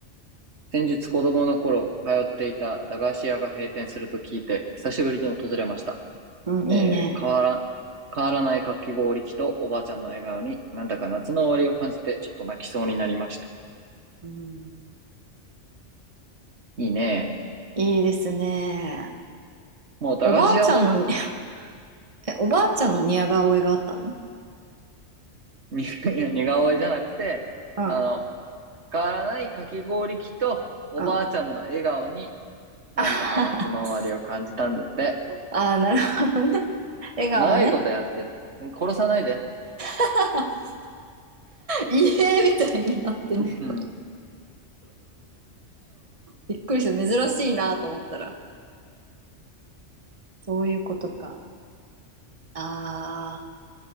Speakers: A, on the right; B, on the right.
A: 先日子供の頃通っていた駄菓子屋が閉店すると聞いて、久しぶりに訪れました。
B: うん、
A: えー変わら、
B: いいね。
A: 変わらないかき氷機とおばあちゃんの笑顔になんだか夏の終わりを感じてちょっと泣きそうになりました。
B: うん、
A: いいね。
B: いいですね。
A: もう駄菓子屋も、
B: おばあちゃんの、<laughs> え、おばあちゃんの似顔絵があったの
A: に <laughs> いや似顔絵じゃなくて、
B: うん、うん。
A: あの、変わらないかき氷機とおばあちゃんの笑顔に
B: あ
A: なんだか夏の終わりを感じたんだって。
B: <laughs> あー、なるほどね。<laughs> 笑顔ね。
A: 長いことやってる。殺さないで。
B: <laughs> 家みたいになってるのかと。
A: うん。
B: びっくりした。珍しいなと思ったら。そういうことか。ああ、